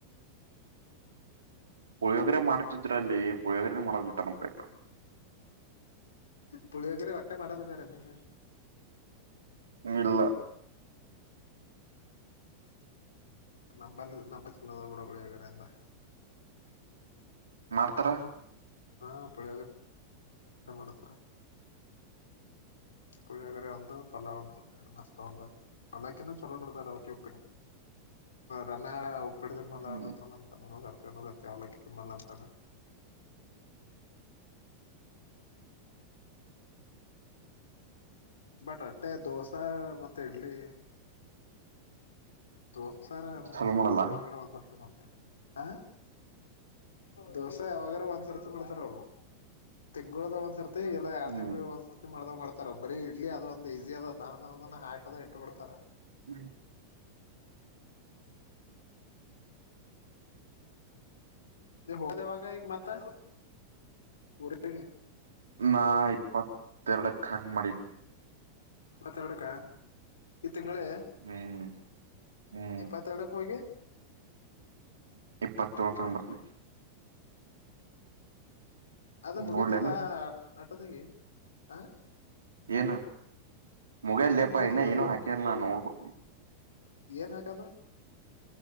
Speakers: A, on the right; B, on the left.
A: ಪುಳಿಯೋಗರೆ ಮಾಡ್ತಿದ್ರಲ್ಲಿ ಪುಳಿಯೋಗರೆ <unintelligible>
B: ಪುಳಿಯಗರೆ ವಟ್ಟೆ ಮಾಡಲ್ಲಗಾರೆನ್ನೇಕ
A: ಇಲ್ಲ
B: ನಂಬಲ್ಲಿ ನಂಬ ಚಲ್ಲದ ಕೂಡ ಗಳಿಯಾಗರೆ ಅಂದ್ರ
A: ಮಾಡ್ತಾರ
B: ಹ ಹಾ ಪಳಿಯಾಗ ಮಾಡತಾರ ಪಳಿಯಾಗರ ಒಂತ ಪಲ್ಲ್ಂದ ಎರಡು ಮಾಸ ತಗಂಬ ಪಲ್ಲಾಕಿನ್ನ ಚಲ್ಲಬಡ್ತಾರೆ ಓಕೆ ಒಪ್ಪಿನು ರಮ್ಯಾ ಉಪ್ಪಡೆ
A: ಹ್ಮ್
B: ತುಲ್ಲ ಅಂತ ಸರ್ ಸರ್ ಅವ್ಲಕ್ಕ ತುಲ್ಲ ಅಂತಾನ <inaudible> ಬಟ್ ಅಟ್ಟೆ ದೋಸಾ ಮತ್ತೆ ಇಡ್ಲಿ ದೋಸಾರ
A: ಚಲೋ ಮಾಡಲ್ಲ
B: ಯಾವಾಗಾರ ಒಂದ್ಸರ್ತಿ ಮಾಡ್ತಾರ ಆ ದಿವಸೆ ಯೋಗರ ಒಂದುಸರತಿ ಮಾಡಡ್ತಾರಲ್ಲು ತಿಂಗ್ಳದ ಒಂದ್ಸರ್ತಿ ಇಲ್ಲ ಎರಡ್
A: ಹ್ಮ್
B: ತಿಂಗಳುಳ ಒಂದ್ಸರ್ತಿ ಮಾಡ್ದ ಮಾಡ್ತಾರಬ್ಬರಿ ಇಡ್ಲಿ ಅದ ಒಂದ್ ಈಸಿ ಅದ ಅದ ಅ ಹಾಕದ ಇಟ್ಟುಬ ಬಿಡ್ತಾರ
A: ಹ್ಮ್
B: ಹೊದವಾಗ ಮತ್ತ <unintelligible>
A: ನಾ ಇಪ್ಪತ್ತೆರಡಕ್ಕ ಹಂಗ್ ಮಾಡಿನಿ
B: ಮತ್ತೆರಡಕ್ಕ ತಿಂಗಳೇ
A: ಹ್ಮ್ ಹ್ಮ್
B: ಇಪ್ಪತ್ತೆರಡಕ್ಕೆ ಹೋಗಿ
A: ಪ್ಪತ್ತೋಳಂಬಿ
B: ಅದ ಮುಗೀತದ
A: ನೋಡ್ಲೇನ
B: ಆಟೋದಗಿ ಆ
A: ಏನು ಮೊಗೈಲ್
B: ಅಷ್ಟೇ
A: ಲೇಪ
B: ಮುಗೀತದ
A: ಇನ್ನ ಏನು
B: ಅದು
A: ಹಾಕಿಲ್ಲ ನ ನೋಡ್ಬೇಕಕ್
B: ಏನ್ ಹಾಕದ